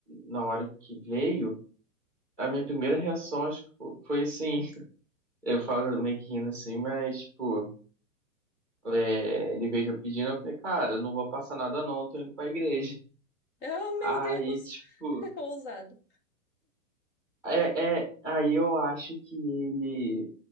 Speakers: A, in the centre; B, on the left.
A: na hora que veio, a minha primeira reação, acho que fo- foi assim. Eu falo meio que rindo assim, mas, tipo, é, ele veio já pedindo, eu falei, cara, não vou passar nada não, eu tô indo pra igreja. <laughs>
B: Ah,
A: Aí,
B: meu Deus.
A: tipo,
B: <laughs> Ousado.
A: é, é, aí eu acho que ele,